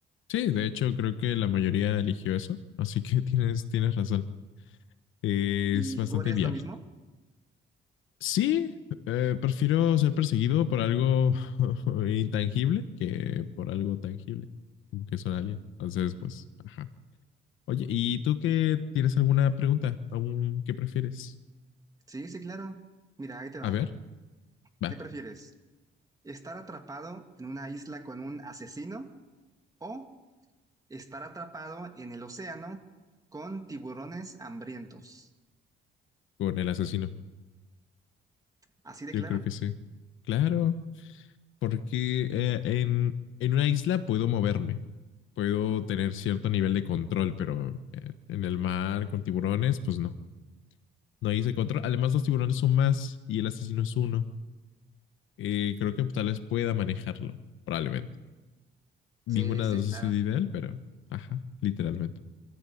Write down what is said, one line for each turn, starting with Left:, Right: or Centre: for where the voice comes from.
Left: Sí, de hecho, creo que la mayoría eligió eso, así que <laughs> tienes, tienes razón. Es
Right: ¿Y
Left: bastante
Right: tú harías
Left: viable.
Right: lo mismo?
Left: Sí, eh, prefiero ser perseguido por algo <laughs> intangible que por algo tangible, como que son alguien. Entonces, pues, ajá. Oye, ¿y tú qué tienes alguna pregunta? ¿Aún qué prefieres?
Right: Sí, sí, claro. Mira, ahí te va.
Left: A ver, va,
Right: ¿Qué prefieres? ¿Estar atrapado en una isla con un asesino o estar atrapado en el océano con tiburones hambrientos?
Left: con el asesino.
Right: Así de
Left: Yo
Right: claro.
Left: creo que sí. Claro. porque eh, en, en una isla puedo moverme, puedo tener cierto nivel de control, pero eh, en el mar con tiburones, pues no, no hay ese control. Además, los tiburones son más y el asesino es uno. Eh, creo que tal vez pueda manejarlo, probablemente. Ninguna
Right: Sí,
Left: de
Right: sí,
Left: las
Right: claro.
Left: dos es ideal, pero ajá, literalmente.